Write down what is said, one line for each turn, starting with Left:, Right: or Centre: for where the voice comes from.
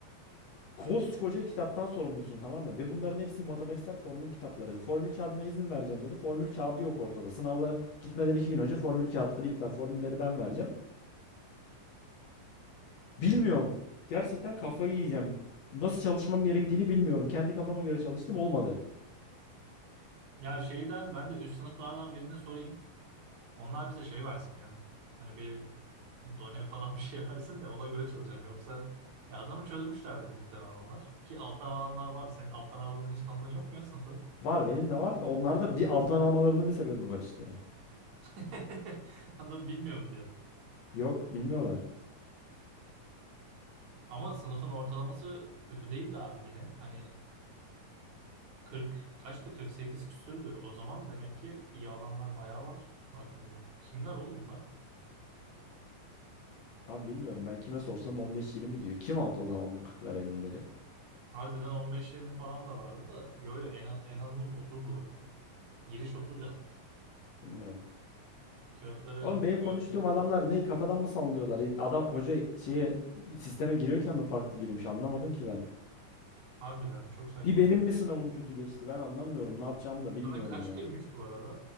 Left: Koskoca kitaptan sorumlusun tamam mı? Ve bunların hepsi matematiksel formül kitapları. Formül kağıdına izin vereceğim dedi. Formül kağıdı yok ortada. Sınavla gitmeden iki gün önce formül kağıtları iptal. Formülleri ben vereceğim. Bilmiyorum. Gerçekten kafayı yiyeceğim. Nasıl çalışmam gerektiğini bilmiyorum. Kendi kafama göre çalıştım olmadı.
Right: Ya şeyden ben de üst sınıflardan birine sorayım. Onlar bize şey versin ya. Hani bir done <laughs> falan bir şey <laughs> versin de ona göre çalışalım. Yoksa ya adamı çözmüşlerdir muhtemelen onlar. Ki alttan alanlar var. Senin alttan aldığın hiç tanıdığın yok mu ya sınıfta?
Left: Var benim de var da onlarda bir alttan almalarının bir sebebi var işte.
Right: <laughs> Adam bilmiyorum diyor.
Left: Yok bilmiyorlar.
Right: Ama sınıfın ortalaması kötü değil de abi yine. Hani 40 kaçtı? 48 küsürdü. O zaman demek ki iyi alanlar bayağı var baktığında. Kimler oğlum bunlar?
Left: Abi bilmiyorum ben kime sorsam 15-20 diyor. Kim aldı o zaman bu 40'lar ellileri.
Right: Harbiden 15-20 falan da vardı da. Yo yo en az en az 30 bu arada. Giriş 30 yazmış.
Left: Bilmiyorum.
Right: Kağıtları
Left: Oğlum benim konuştuğum
Right: gördüm.
Left: adamlar ne kafadan mı sallıyorlar? Adam hoca şeye sisteme giriyorken mi farklı girmiş anlamadım ki ben.
Right: Harbiden çok saçma.
Left: Bir benim mi sınavım kötü geçti ben anlamıyorum. Ne yapacağımı da bilmiyorum
Right: Sana kaç
Left: ya.
Right: girmiş bu arada?